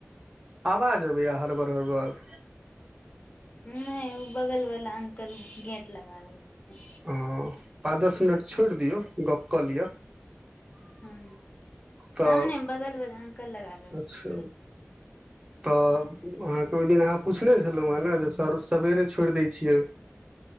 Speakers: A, on the right; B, on the left.
A: आवाज अभैय हरबर- हरबर।
B: नैउ बगल बला अंकल गेट लगा रहल छथिन।
A: हं पाँच- दस मिनट छोड़ि दियौ, गप कऽ लिअ।
B: हूं
A: तऽ
B: हम ने बगल बल अंकल लगा रहल
A: अच्छा!
B: छलखिन
A: तऽ अहाँके ओहि दिन अहाँ पुछने छलहुँ हेँ ने जे सर सवेरे छोड़ि दै छियै।